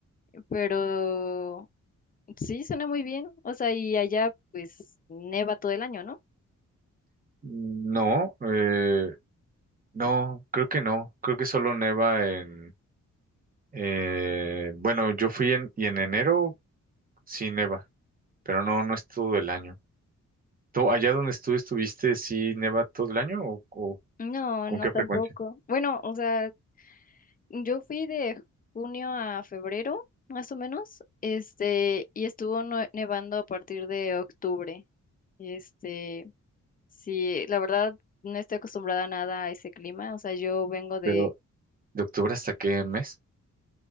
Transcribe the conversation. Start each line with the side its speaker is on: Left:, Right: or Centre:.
Left: pero Sí, suena muy bien. O sea, y allá pues neva todo el año, ¿no?
Right: No, eh, no, creo que no. Creo que solo neva en... eh, bueno, yo fui en, y en enero sí neva, pero no, no es todo el año. ¿Tú, allá donde tú estuviste, sí neva todo el año o, o
Left: No,
Right: con
Left: no
Right: qué
Left: tampoco.
Right: frecuencia?
Left: Bueno, o sea, yo fui de junio a febrero, más o menos, este, y estuvo nue- nevando a partir de octubre. Este, sí, la verdad no estoy acostumbrada a nada a ese clima. O sea, yo vengo de,
Right: Pero, ¿de octubre hasta qué mes?